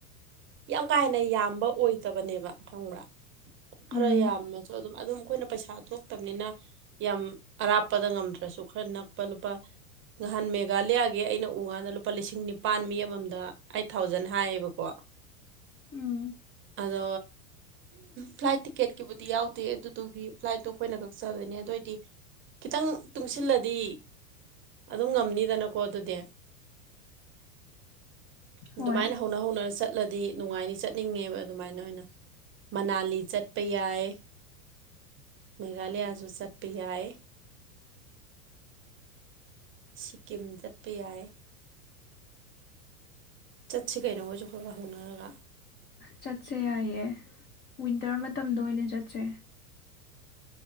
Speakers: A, on the right; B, on the left.
A: ꯌꯥꯝ ꯀꯥ ꯍꯦꯟꯅ ꯌꯥꯝꯕ ꯑꯣꯏꯗꯕꯅꯦꯕ ꯈꯪꯕ꯭ꯔꯥ ꯈꯔ
B: ꯎꯝ
A: ꯌꯥꯝꯃꯁꯨ ꯑꯗꯨꯝ ꯑꯗꯨꯝ ꯑꯩꯈꯣꯏꯅ ꯄꯩꯁꯥ ꯊꯣꯛꯇꯕꯅꯤꯅ ꯌꯥꯝ ꯑꯔꯥꯞꯄꯗ ꯉꯝꯗ꯭ꯔꯁꯨ ꯈꯔ ꯅꯛꯄ ꯂꯨꯄꯥ ꯅꯍꯥꯟ ꯃꯦꯘꯥꯂꯌꯥꯒꯤ ꯑꯩꯅ ꯎꯀꯥꯟꯗ ꯂꯨꯄꯥ ꯂꯤꯁꯤꯡ ꯅꯤ ꯃꯄꯥꯟ ꯃꯤ ꯑꯃꯃꯝꯗ ꯑꯩꯠ ꯊꯥꯎꯖꯟ ꯍꯥꯏꯌꯦꯕꯀꯣ
B: ꯎꯝ
A: ꯑꯗꯣ ꯐ꯭ꯂꯥꯏꯠ ꯇꯤꯀꯦꯠꯀꯤꯕꯨꯗꯤ ꯌꯥꯎꯗꯦ ꯑꯗꯨꯗꯨꯗꯤ ꯐ꯭ꯂꯥꯏꯠꯇꯣ ꯑꯩꯈꯣꯏꯅ ꯀꯛꯆꯗꯣꯏꯅꯦ ꯑꯗꯨꯑꯣ ꯑꯣꯏꯗꯤ ꯈꯤꯇꯪ ꯇꯨꯡꯁꯤꯜꯂꯗꯤ ꯑꯗꯨꯝ ꯉꯝꯅꯤꯗꯅꯀꯣ ꯑꯗꯨꯗꯤ
B: ꯍꯣꯏ
A: ꯑꯗꯨꯃꯥꯏꯅ ꯍꯧꯅ ꯍꯧꯅꯔ ꯆꯠ ꯆꯠꯂꯗꯤ ꯅꯨꯡꯉꯥꯏꯅꯤ ꯆꯠꯅꯤꯡꯉꯦꯕ ꯑꯗꯨꯃꯥꯏꯅ ꯑꯣꯏꯅ ꯃꯅꯥꯂꯤ ꯆꯠꯄ ꯌꯥꯏ ꯃꯦꯘꯥꯂꯌꯥꯁꯨ ꯆꯠꯄ ꯌꯥꯏ ꯁꯤꯀꯤꯝ ꯆꯠꯄ ꯌꯥꯏ ꯆꯠꯁꯤ ꯀꯩꯅꯣꯒꯁꯨ ꯈꯔ ꯈ ꯍꯧꯅꯔꯒ
B: ꯆꯠꯁꯦ ꯌꯥꯏꯌꯦ ꯋꯤꯟꯇꯔ ꯃꯇꯝꯗ ꯑꯣꯏꯅ ꯆꯠꯁꯦ